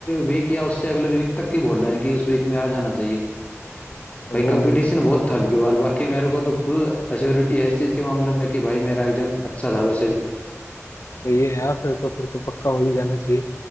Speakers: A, on the left (about 25°); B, on the left (about 65°).
A: वीक या उससे अगले वीक तक की बोल रहे हैं कि उस वीक में आ जाना चाहिए
B: ओ
A: भाई कंपटीशन बहुत था अब की बार बाकी मेरे को तो फुल एश्योरिटी है इस चीज के मामले में कि भाई मेरा एग्जाम अच्छा था वैसे भी
B: सही है यार फिर तो फिर तो पक्का हो ही जाना चाहिए